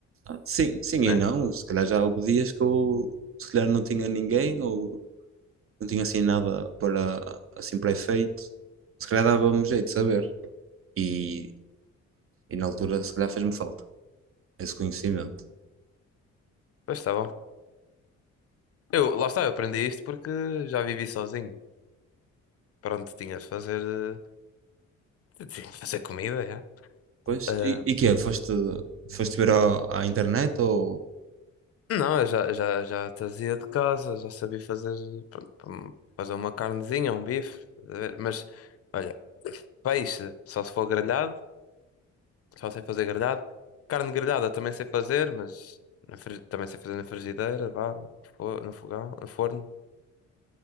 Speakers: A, on the right; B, on the left.
A: Ah, Sim, sim
B: né?
A: e não. Se calhar já houve dias que eu se calhar não tinha ninguém ou não tinha assim nada para assim para efeito. Se calhar dava-me jeito de saber. E, e na altura se calhar fez-me falta esse conhecimento.
B: Pois tá Eu, lá está, eu aprendi isto porque já vivi sozinho. Pronto, tinha de fazer, eh, tinha de fazer comida, já.
A: Pois,
B: Ah,
A: e, e que é? Foste, foste ver ao- à internet ou
B: não, eu já, já, já trazia de casa, já sabia fazer, pronto, hum, fazer uma carnezinha, um bife, estás a ver? mas olha, peixe, só se for grelhado, só sei fazer grelhado. Carne grelhada também sei fazer, mas na fri- também sei fazer na frigideira, vá, no fo- no fogão, no forno.